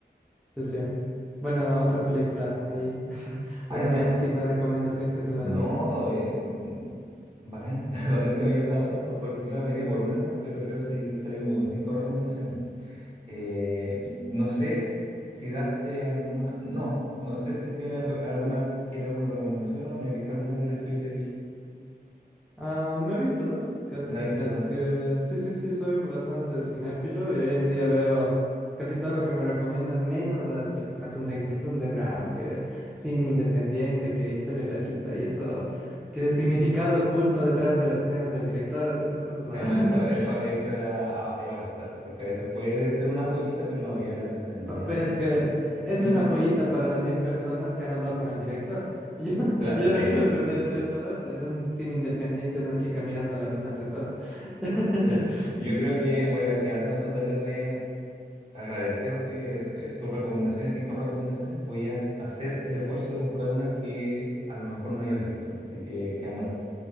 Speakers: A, in the centre; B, on the right (about 35°).
A: Sí, sí. Bueno, otra película ahí. <laughs>
B: Ahí
A: Una
B: te-
A: última recomendación que tú me
B: No,
A: des.
B: eh, Bacán, <laughs> bacán que me hayas dado tantos, porque claro, venía por una nomás, pero claro, salí, salí como con cinco recomendaciones. Eh, y no sé s- si darte alguna, no, no sé si tienes re- alguna, quiere alguna recomendación o no he visto alguna de las que yo te dije.
A: Ah, me vi todas, casi.
B: ¿La viste
A: Es
B: está?
A: que sí, sí, sí, soy bastante cinéfilo y hoy en día veo casi todo lo que me recomiendan, menos las películas under- underground, que cine independiente, que historia rarita y eso, que significado oculto detrás de las escenas del director, o sea, esas cosas nada.
B: Sí, no,
A: <laughs>
B: eso, eso, eso es a- a- es apostar, porque a veces puede ser una joyita, pero la mayoría de las veces no
A: Pe-
B: es así.
A: Pero es que es
B: <laughs>
A: una joyita para las 100 personas que han hablado con el director. <laughs> Yo,
B: Cla-
A: yo
B: Sí.
A: no quiero perder
B: sí,
A: tres
B: sí.
A: horas en un cine independiente de una chica mirando a la luna tres horas. <laughs>
B: <laughs> Yo creo que voy a quedar con esa tarea agradecer de eh, tus recomendaciones, cinco recomendaciones. Voy a hacer el esfuerzo de buscar una que a lo mejor no hayas visto. Así que quedamos al-